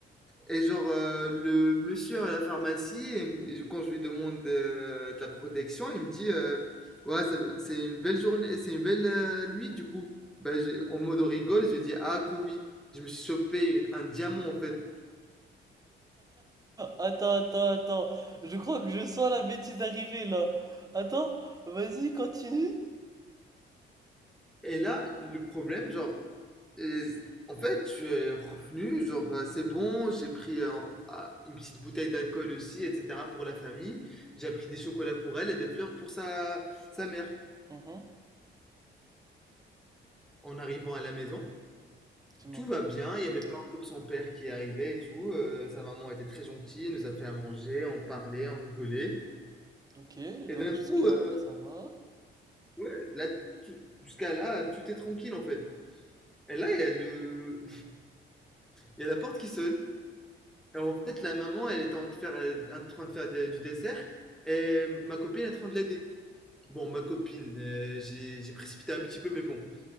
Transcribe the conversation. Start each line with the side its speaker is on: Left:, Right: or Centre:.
Centre: Et genre, euh, le monsieur à la pharmacie, et- et quand je lui demande euh, de, la protection, il me dit euh, Ouais, ça- c'est une belle journée, c'est une belle euh, nuit du coup. Bah, j'ai- en mode rigole, je lui dis Ah, que oui. Je me suis chopé un diamant en fait.
Right: Attends, attends, attends. Je crois que je sens la bêtise arriver là. Attends, vas-y, continue.
Centre: Et là, le problème, genre, Et en fait, je suis revenu, genre, euh, c'est bon, j'ai pris euh, ah, une petite bouteille d'alcool aussi, etc., pour la famille. J'ai pris des chocolats pour elle et des fleurs pour sa, sa mère.
Right: Mhm,
Centre: En arrivant à la maison,
Right: Dis-moi.
Centre: tout va bien, il n'y avait pas encore son père qui arrivait et tout. euh, sa maman était très gentille, elle nous a fait à manger, on parlait, on rigolait.
Right: Ok,
Centre: Et
Right: donc
Centre: d'un
Right: jusque-là
Centre: coup, euh,
Right: encore ça va.
Centre: ouais, là, tout- jusqu'à là, tout est tranquille en fait. Et là, il y a le... il y a la porte qui sonne. Alors, en fait, la maman, elle était en train de faire, euh, en train de faire de- du dessert et ma copine est en train de l'aider. Bon, ma copine, euh, j'ai j'ai précipité un petit peu, mais bon.